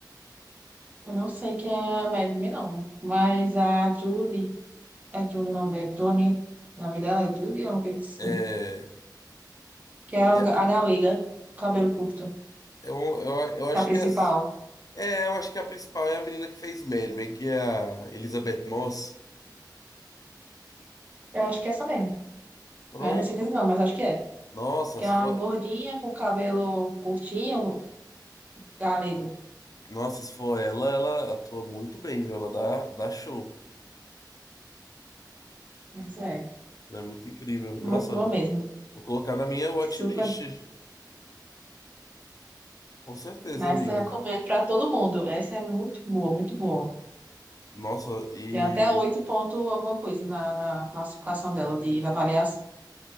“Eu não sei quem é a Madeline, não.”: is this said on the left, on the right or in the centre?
Right